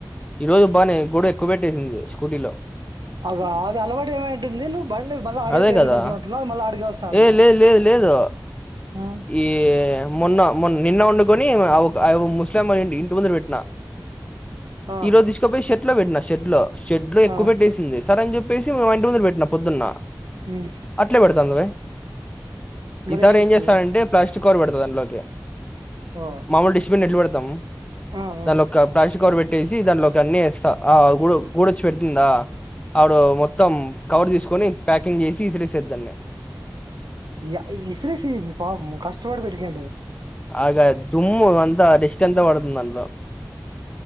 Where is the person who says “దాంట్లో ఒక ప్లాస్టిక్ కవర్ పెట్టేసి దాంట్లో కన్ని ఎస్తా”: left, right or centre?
Left